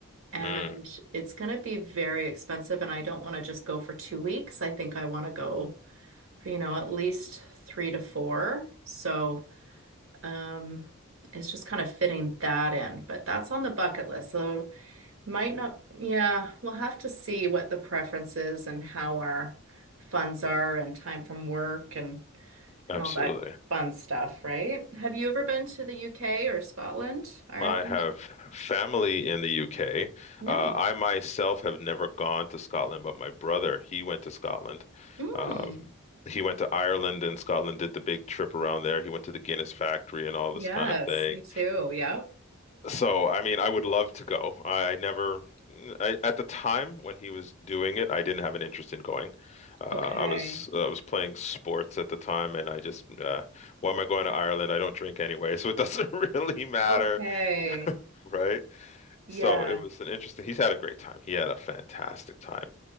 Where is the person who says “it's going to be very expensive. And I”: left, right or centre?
Right